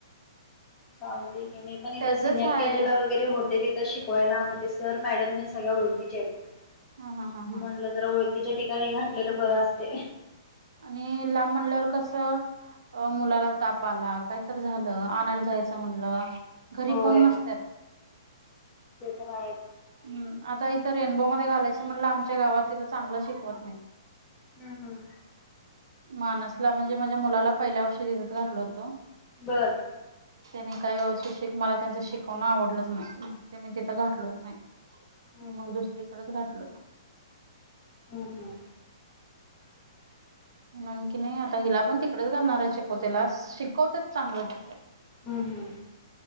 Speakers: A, on the left; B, on the right.
A: चालते मी पण
B: त्याचच
A: इथं सिनियर
B: आहे
A: केजी ला वगैरे होते तिथं शिक वायला मग ते सर मॅडम न सगळ्या ओळखीचे आहेत
B: हा हा हा हा
A: म्हणलं जरा ओळख तिच्या ठिकाणी घातलेलं बरं असते
B: आणि लांब म्हणल्यावर कस अ मुलाला ताप आला कायतर झालं आणायला जायचं म्हणलं घरी
A: होय
B: कोण नसतात
A: ते तर आहेच.
B: हम् आता इथं रेनबोमध्येध्ये घालायचं म्हणलं आमच्या गावात तिथं चांगलं शिकवत नाही
A: हम्म हम्म
B: मानसला म्हणजे माझ्या मुलाला पहिल्या वर्षी दिेतत घातल होतो
A: बर
B: त्यांनी काही व्यवस्थित श मला त्यांच शिकवण आवडलंच नाही ते मी तिथं
A: हम्
B: घातलच नाही
A: हम्
B: मी मग दुसरीकडेच घटलो
A: हम् हम् <unintelligible>
B: म्ह की नाही आता हिला पण तिकडेच घालणार आहे शिकवतेला शिकवतच चांगलं तिथं
A: हम्म हम्